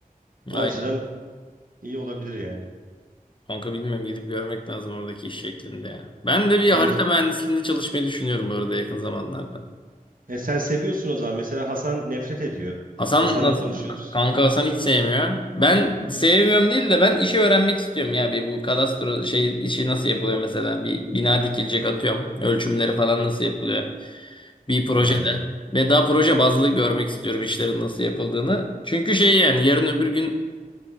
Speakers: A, on the right; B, on the left.
A: O
B: Aynen.
A: açıdan iyi olabilir yani.
B: Kanka bilmiyorum gidip görmek lazım oradaki iş şeklinde ya. Ben de bir
A: Bence
B: harita mühendisliğinde çalışmayı düşünüyorum bu arada yakın zamanlarda.
A: e, sen seviyorsun o zaman. Mesela Hasan nefret ediyor.
B: Hasan
A: Hasan'la
B: nasıl?
A: konuşuyoruz.
B: Kanka Hasan hiç sevmiyor. Ben sevmiyorum değil de ben işi öğrenmek istiyorum ya. Bir bu kadastro şey işi nasıl yapılıyor mesela? Bir bina dikilecek atıyorum. Ölçümleri falan nasıl yapılıyor? Bir projede.
A: He, anladım.
B: Ve daha proje bazlı görmek istiyorum işlerin nasıl yapıldığını. Çünkü şey yani yarın öbür gün